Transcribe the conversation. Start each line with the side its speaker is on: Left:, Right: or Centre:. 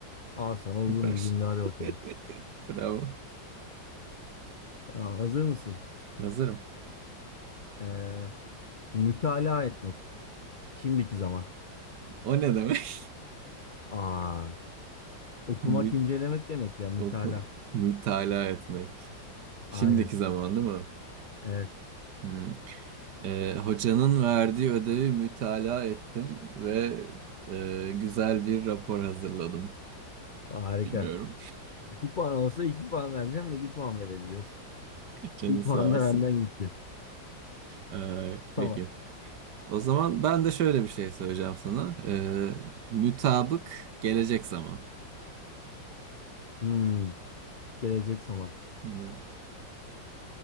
Left: Al sana uzun
Right: Süper.
Left: bir cümle hadi bakalım.
Right: <laughs> Bravo.
Left: Ya, hazır mısın?
Right: Hazırım.
Left: Eee mütalaa etmek. Şimdiki zaman.
Right: O ne demek? <laughs>
Left: Aa, Okumak,
Right: Mü
Left: incelemek demek ya mütalaa.
Right: oku mütalaa etmek. Şimdiki
Left: Aynen.
Right: zaman değil mi?
Left: Evet.
Right: Hı. Ee, hocanın verdiği ödevi mütalaa ettim ve ee, güzel bir rapor hazırladım.
Left: Harika.
Right: Bilmiyorum.
Left: İki puan olsa iki puan vereceğim de bir puan verebiliyorsun.
Right: Canın
Left: Bir
Right: sağ
Left: puan
Right: olsun.
Left: da benden gitti.
Right: Ay,
Left: <laughs>
Right: peki.
Left: Tamam.
Right: O zaman ben de şöyle bir şey söyleyeceğim sana. Ee, mütabık gelecek zaman.
Left: Hmm, gelecek zaman.
Right: Hı-hı.